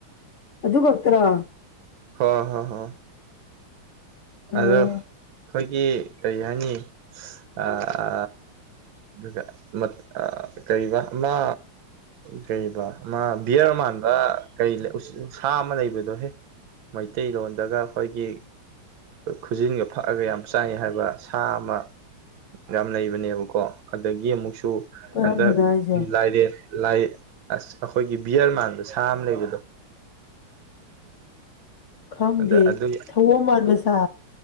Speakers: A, on the left (about 85°); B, on the right (about 70°).
A: ꯑꯗꯨ ꯈꯛꯇ꯭ꯔꯣ
B: ꯍ ꯍ ꯍ
A: ꯑꯥ
B: ꯑꯗꯣ ꯑꯩꯈꯣꯏꯒꯤ ꯀꯔꯤ ꯍꯥꯏꯅꯤ ꯑ ꯑ <unintelligible> ꯀꯩꯕ ꯃꯥ ꯀꯩꯕꯥ ꯃꯥ ꯕꯤꯌꯔ ꯃꯥꯟꯕ ꯀꯩ ꯁꯥ ꯑꯃ ꯂꯩꯕꯗꯣ ꯍꯦ ꯃꯩꯇꯩꯂꯣꯟꯗꯒ ꯑꯩꯈꯣꯏꯒꯤ ꯈꯨꯖꯤꯟꯒ ꯐꯛꯑꯒ ꯌꯥꯝ ꯆꯥꯏ ꯍꯥꯏꯕ ꯁꯥ ꯑꯃ ꯌꯥꯝ ꯂꯩꯕꯅꯦꯕꯀꯣ ꯑꯗꯒꯤ ꯑꯃꯨꯛꯁꯨ
A: ꯀꯔꯝꯕꯅꯣ
B: ꯍꯟꯗꯛ
A: ꯍꯥꯏꯁꯦ
B: ꯂꯥꯏꯔꯦ ꯂꯥꯏ ꯑꯁ ꯑꯩꯈꯣꯏꯒꯤ ꯕꯤꯌꯔ ꯃꯥꯟꯕ ꯁꯥ ꯑꯃ ꯂꯩꯕꯗꯣ
A: ꯈꯪꯗꯦ
B: ꯑꯗ ꯑꯗꯨ
A: ꯁꯑꯣꯝ ꯃꯥꯟꯕꯁꯥ